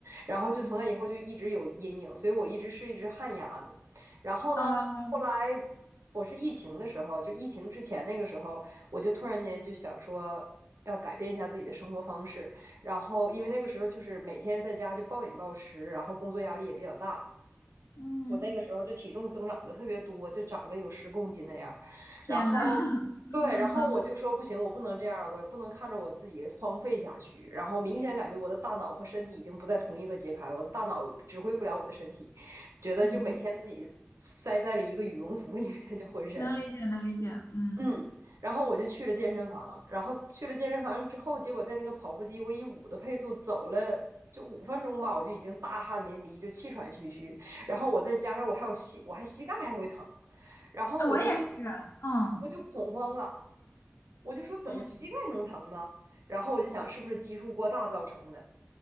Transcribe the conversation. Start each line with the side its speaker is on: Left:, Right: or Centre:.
Right: 然后就从那以后就一直有阴影，
Left: 嗯
Right: 所以我一直是一只旱鸭子。然后呢，
Left: 啊，
Right: 后来我是疫情的时候，就疫情之前那个时候。我就突然间就想说要改变一下自己的生活方式。然后因为那个时候就是每天在家就暴饮暴食，然后工作压力也比较大，
Left: 嗯，
Right: 我那个时候就体重增长的特别多，就长了有十公斤那样。
Left: 天呐，
Right: 然后对，
Left: <laughs>
Right: 然后我就说不行，
Left: 嗯
Right: 我不能这样了，我也不能看着我自己荒废下去。然后明显感觉我的大脑和身体已经不在同一个节拍，我的大脑指挥不了我的身体，觉得就每天自己塞在了一个羽绒服里面，
Left: 嗯，
Right: 就浑身。
Left: 能理解，能理解，嗯，
Right: 嗯，然后我就去了健身房，然后去了健身房之后，结果在那个跑步机，我以五的配速走了就五分钟吧，我就已经大汗淋漓，就气喘吁吁。然后我再加上我还有膝，我还膝盖还会疼，然后我就
Left: 啊，我也是，嗯
Right: 我就恐慌了，我就说怎么膝盖能疼呢？
Left: 嗯
Right: 然后我就想是不是基数过大造成的，